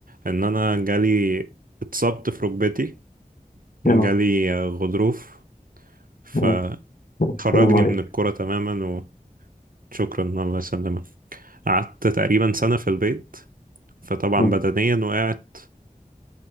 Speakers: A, on the right; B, on the left.
A: إن أنا جالي اتصبت في ركبتي
B: اه
A: جالي آه، غضروف فخرجني
B: اه آه، السلام
A: من
B: عليك
A: الكرة تماما وشكرا الله يسلمك قعدت تقريبا سنة في البيت فطبعا
B: آه،
A: بدنيا وقعت